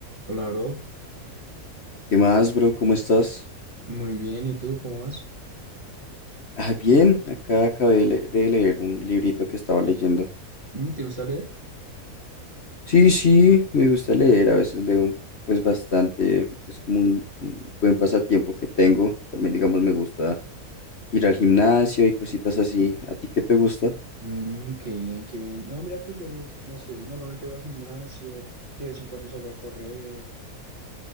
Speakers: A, on the right; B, on the left.
A: Hola, bro.
B: ¿Qué más, bro? ¿Cómo estás?
A: Muy bien, ¿y tú cómo vas?
B: Ah, bien, acá acabé de, le- de leer un librito que estaba leyendo.
A: Mm, ¿Te gusta leer?
B: Sí, sí, me gusta leer, a veces leo pues bastante, es como un, un buen pasatiempo que tengo. También, digamos, me gusta ir al gimnasio y cositas así. ¿A ti qué te gusta?
A: Mm, qué bien, qué bien. No, mira que yo, no sé, normalmente voy al gimnasio, de vez en cuando salgo a correr,